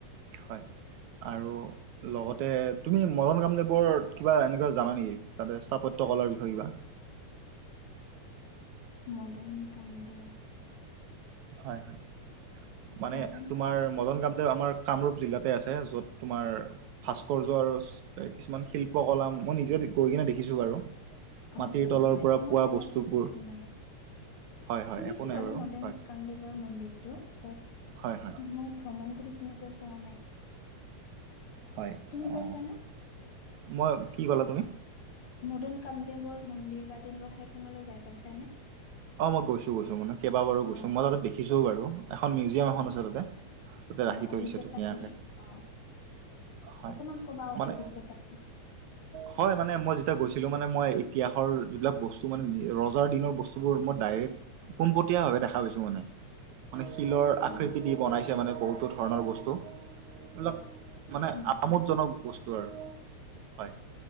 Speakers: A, on the right; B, on the left.
A: হয়। আৰু লগতে তুমি মদন কামদেৱৰ কিবা এনেকুৱা জানা নেকি? তাতে স্থাপত্য কলাৰ বিষয়ে কিবা।
B: মদন কামদেৱ
A: হয়, হয়। মানে
B: মদন
A: তোমাৰ
B: কাম
A: মদন কামদেৱ, আমাৰ কামৰূপ জিলাতে আছে। য'ত তোমাৰ ভাস্কৰ্য আৰু কিছুমান শিল্পকলা মই নিজে গৈ কিনে দেখিছো বাৰু।
B: অ
A: মাটিৰ
B: হয়।
A: তলৰ
B: মই
A: পৰা
B: মই
A: পোৱা
B: তেনেকে
A: বস্তুবোৰ
B: দেখা নাই।
A: হয় হয়
B: শুনিছো
A: একো নাই
B: আৰু
A: বাৰু
B: মদেম
A: হয়
B: ৰামদেৱৰ মন্দিৰটো য'ত
A: হয় হয়
B: মই ভ্ৰমণ কৰি তেনেকৈ পোৱা নাই।
A: হয়।
B: তুমি
A: অঁ
B: পাইছা না
A: মই কি ক'লা তুমি?
B: মদেন কামদেৱৰ মন্দিৰ বা তেনেকুৱা ঠাই খনলৈ যাই পাইছানে?
A: অ মই গৈছো গৈছো মানে কেইাবাৰো গছো।
B: অ',
A: মই তাতে পে দিচো বাৰু এখন মিউজিয়াম এখন
B: অ'।
A: আছে তাতে, তাতে
B: অ',
A: ৰাখি
B: অভিজ্ঞতাখিনি
A: থৈ দিচে ধুনীয়াকে।
B: অ',
A: হয়
B: অকমান ক'বা আৰু
A: মানে
B: অভিজ্ঞতা?
A: হয় মানে মই যেতিয়া গৈছিলো মানে মই ইতিহাসৰ যিবিলাক বস্তু মানে ৰজাৰ দিনৰ বস্তুত পুৰ মোৰ ডাইৰেক পোনপটীয়া ভাবে দেখা পাইছো মানে। মানে শিলৰ
B: অ',
A: আকৃতি দি বনাইছে মানে বহুতো ধৰণৰ বস্তু। এইবিলাক মানে
B: উম, উম,
A: আমোদ জনক বস্তু আৰু হয়